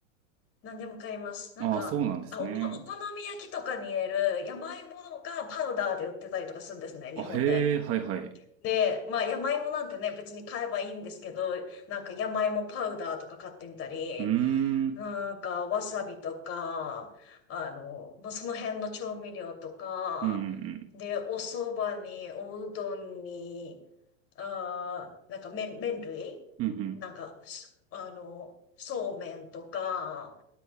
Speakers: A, on the left; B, on the right.
A: 何でも買います。なんか、
B: ああ、そうなんですね。
A: あ、おこ、お好み焼きとかに入れる山芋がパウダーで売ってたりとかするんですね、日本で。
B: あ、へえ、はいはい。
A: で、まあ、山芋なんてね、別に買えばいいんですけど、なんか山芋パウダーとか買ってみたり、
B: うー
A: なんか、
B: ん。
A: わさびとか、あの、まあ、その辺の調味料とか、
B: うんうん
A: で、お蕎麦に、おうどんに、あー、なんか麺、麺類
B: うん。うんうん。
A: なんか、すあの、そうめんとか、